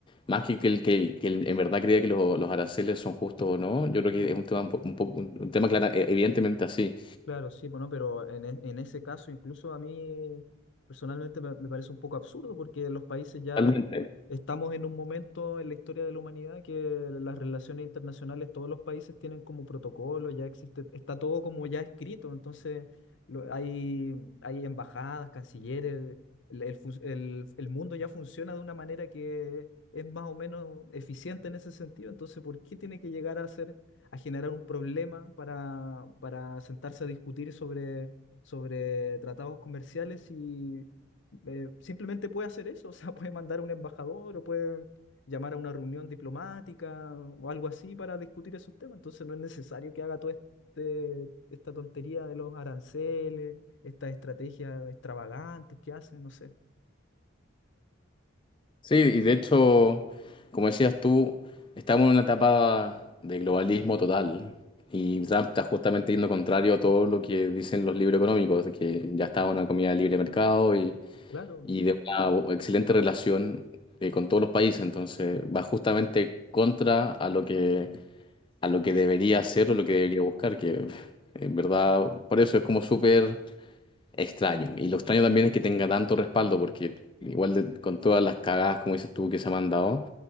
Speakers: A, on the left (about 25°); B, on the left (about 65°).
A: más que que, el- que, el- que el- en verdad crea que lo- los aranceles son justos o no, yo creo que es un tema un, po- un, po- un- un tema clara, e- evidentemente así.
B: Claro, sí, bueno, pero en, e- en ese caso incluso a mí personalmente me, me parece un poco absurdo porque los países ya
A: Totalmente.
B: eh, estamos en un momento en la historia de la humanidad que las relaciones internacionales, todos los países tienen como protocolo, ya existe, está todo como ya escrito, entonces lo- hay, hay embajadas, cancilleres, el, el fun- el- el mundo ya funciona de una manera que es más o menos eficiente en ese sentido, entonces ¿por qué tiene que llegar a ser a generar un problema para, para sentarse a discutir sobre, sobre tratados comerciales y eh, simplemente puede hacer eso, <laughs> o sea, puede mandar a un embajador o puede llamar a una reunión diplomática o algo así para discutir esos temas. Entonces no es necesario que haga toda este, esta tontería de los aranceles, estas estrategias extravagantes que hacen, no sé.
A: Sí, y de hecho, como decías tú, estamos en una etapa de globalismo total. Y Trump está justamente yendo contrario a todo lo que dicen los libros económicos, de que ya está una comida de libre de mercado y,
B: Claro,
A: y de una bo- excelente relación eh, con todos los países, entonces va justamente contra a lo que, a lo que debería hacer o lo que debería buscar, que en verdad por eso es como súper extraño. Y lo extraño también es que tenga tanto respaldo, porque igual de- con todas las cagadas, como dices tú, que se ha mandado,